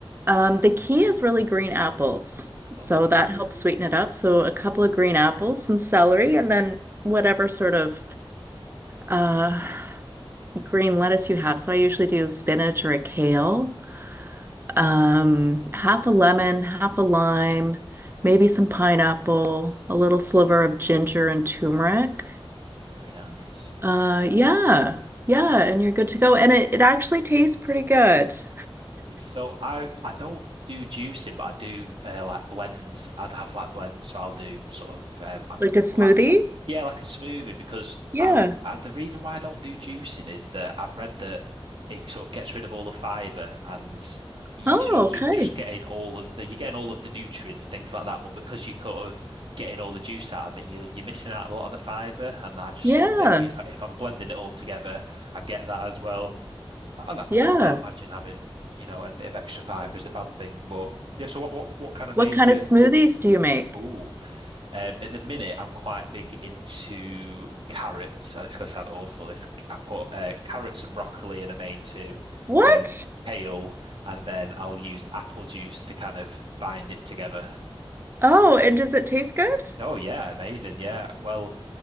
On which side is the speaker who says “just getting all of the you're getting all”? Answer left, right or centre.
Right